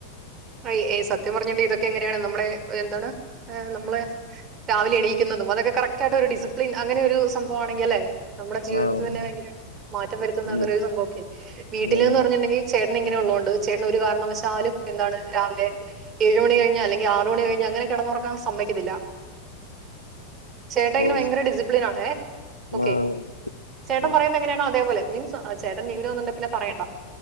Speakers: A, on the right; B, on the left.
A: അയ് ഏഹ് സത്യം പറഞ്ഞാണ്ടെ ഇതൊക്കെ എങ്ങനെയാണ് നമ്മുടെ എന്താണ് ഏ് നമ്മളെ രാവിലെ എണീക്കുന്നതും അതൊക്കെ കറക്റ്റ് ആയിട്ട് ഒരു ഡിസിപ്ലിൻ അങ്ങനെ ഒരു സംഭവം ആണെങ്കി അല്ലെ നമ്മുടെ ജീവിതത്ത്
B: ആഹ്
A: തന്നെ ഭയങ്കരമായിട്ട് മാറ്റം വരുത്തുന്ന
B: ഉം
A: അങ്ങനൊരു സംഭവൊക്കെ വീട്ടില്
B: ആഹ്
A: ന്ന് പറഞ്ഞ്ണ്ടെങ്കി ചേട്ടനിങ്ങനെ ഉള്ളോണ്ട് ചേട്ടന് ഒരു കാരണവശാലും എന്താണ് രാവിലെ ഏഴ് മണി കഴിഞ്ഞാ അല്ലെങ്കി ആറ് മണി കഴിഞ്ഞാ അങ്ങനെ കെടന്നാെറങ്ങാൻ സമ്മയ്ക്കത്തില്ല ചേട്ടഇങ്ങനെ
B: ഓ
A: ഭയങ്കര ഡിസിപ്ലിൻ ആണ് ഏഹ് ഓക്കെ
B: ആഹ്
A: ചേട്ടൻ
B: ഓക്കെ
A: പറയുന്ന എങ്ങനെയാണോ അതേപോലെ മീൻസ് ആ ചേട്ടൻ ലീവിനു വന്നുണ്ട പിന്നെ പറയണ്ട